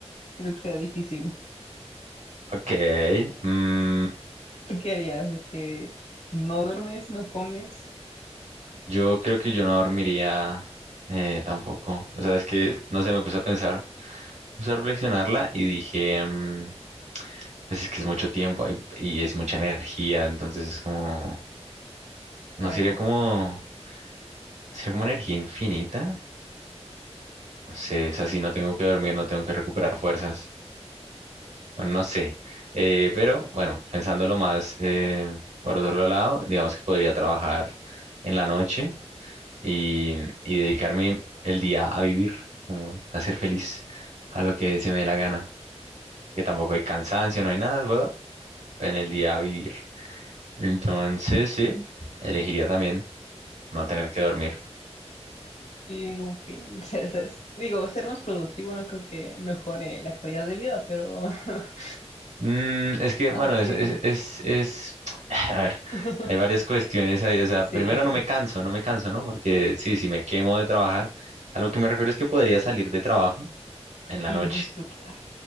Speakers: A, on the left; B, on the right.
A: Creo que sea difícil.
B: Ok. mm,
A: ¿Tú qué harías de que no duermes, no comes?
B: yo creo que yo no dormiría eh, tampoco. O sea, es que, no sé, me puse a pensar, puse a reflexionarla y dije, mm, pues es que es mucho tiempo y, y es mucha energía, entonces es como,
A: ¿Qué
B: no
A: hago?
B: sería como... será como energía infinita. No sé, o sea, si no tengo que dormir, no tengo que recuperar fuerzas. Bueno, no sé. Eh, pero bueno, pensándolo más eh, por otro lado, digamos que podría trabajar en la noche y, y dedicarme el día a vivir, como a ser feliz, a lo que se me dé la gana. Que tampoco hay cansancio, no hay nada, bueno, en el día a vivir. Entonces, sí, elegiría también no tener que dormir.
A: Y como que <laughs> ser, ser- digo, ser más productivo no creo que mejore la calidad de vida, pero <laughs>
B: Mm, es que,
A: así,
B: bueno, es, es, es, es- <tsk> a ver,
A: <laughs>
B: hay varias cuestiones ahí, o sea,
A: sí,
B: primero no me canso, no me canso, ¿no? Porque sí, si me quemo de trabajar, a lo que me refiero es que podría salir de trabajo en la
A: y
B: noche
A: disfrutar.